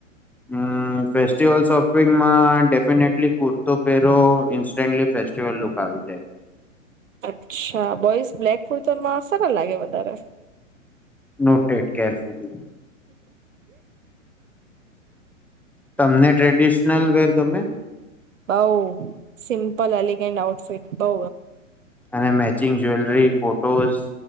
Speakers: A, in the centre; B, on the right.
A: હમ ફસ્ટિવલ્સ ઓફ. સ્ંગમાં ડેફિનેટલી કુર્તો પહેરો ઇન્સ્ટન્ટલી ફેસ્ટિવલ લુક આવી જાય.
B: અચ્છા બોઈસ બ્લેક ખુર્તનમાં સારા લાગે વધારે.
A: નોટેડ. કેૅરફુલ્લી. તમને ટ્રેડિશનલ વેર ગમે.
B: બઉ સિમ્પલ એલિગેન્ટ આઉટફિટ બઉ.
A: અને matching jewellery photos.